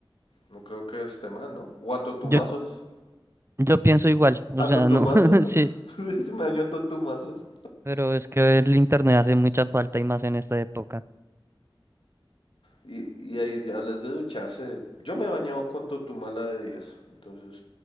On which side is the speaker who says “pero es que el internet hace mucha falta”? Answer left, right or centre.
Right